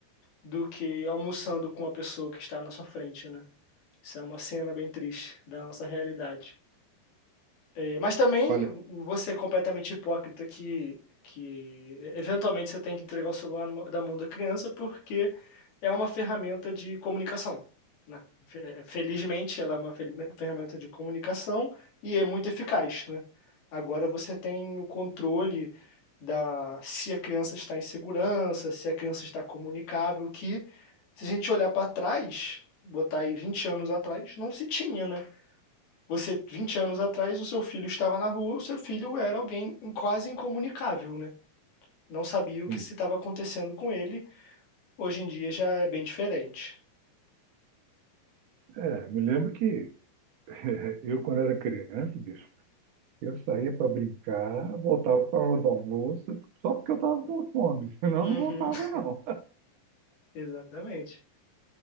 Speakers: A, on the left; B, on the right.
A: do que almoçando com a pessoa que está na sua frente, né? Isso é uma cena bem triste da nossa realidade. E- mas também
B: Olha,
A: você é completamente hipócrita que, que eventualmente você tem que entregar o celular numa- da mão da criança porque é uma ferramenta de comunicação, né? Fe- Felizmente ela é uma fer- ferramenta de comunicação e é muito eficaz, né? Agora você tem o controle da se a criança está em segurança, se a criança está comunicável, que se a gente olhar para trás, botar aí 20 anos atrás, não se tinha, né? Você, 20 anos atrás, o seu filho estava na rua, o seu filho era alguém quase incomunicável, né? Não sabia o
B: enfim.
A: que se estava acontecendo com ele. Hoje em dia já é bem diferente.
B: É, me lembro que <laughs> eu, quando era criança, bicho, Eu saía para brincar, voltava com a hora do almoço, só porque eu estava com fome, <laughs> senão eu
A: Uhum,
B: não voltava,
A: <laughs>
B: não.
A: exatamente.